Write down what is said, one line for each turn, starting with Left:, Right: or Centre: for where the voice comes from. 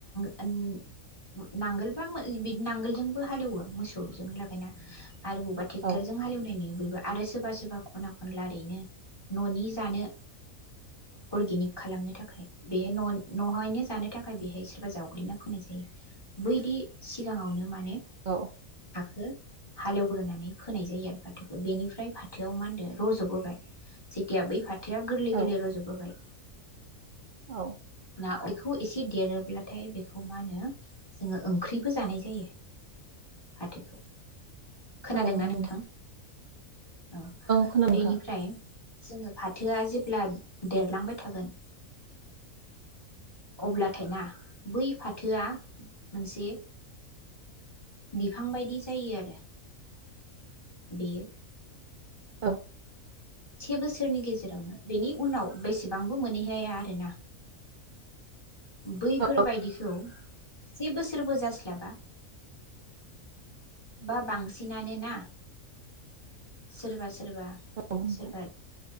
Left: आं नांगोलबा नांगोलजोंबो हालेवो मोसौ जों लागायना आरो बबा टेखटरजों
Right: औ
Left: हालवनाय नुयो। बयबो आरो सोरबा सोरबा खना खन ओरैनो न'नि जानो अर्गेनिक खालामनो थाख खाय बेहाय न' न'हायनो जानो थाखाय बेहाय सोरबा जावग्लिना फोनाय जायो बैदि सिगाङावनो माने
Right: औ
Left: खो हालेवग्रोनानै फोनाय जायो आरो फाथोखौ बेनिफ्राय फाथोआव मा होनो रज'बोबाय जेथिया बै फाथ थोआ गोरलै
Right: औ
Left: गोरलै रजबोबाय
Right: औ
Left: ना बेखौ एसे देरोब्लाथाय बेखौ मा होनो जोङो ओंख्रिबो जानाय जायो फाथोखौ। खोनादोंना
Right: औ नंगौ
Left: नोंथां? औ
Right: खोनादों नोंथां
Left: बेनिफ्राय जोङो फाथोआ जेब्ला देरलांबाय थागोन। अब्लाथाय ना बै फाथोआ मोनसे बिफां बायदि जायो आरो। बेयो
Right: औ
Left: से बोसोरनि गेजेरावनो बेनि उनाव बेसेबांबो मोनहैहाया आरोना बैफोरबायायदिखौ
Right: औ
Left: से बोसोरबो जास्लाबा बा बांसिनानो ना सोरबा सोरबा
Right: औ नोंथां
Left: सोरबा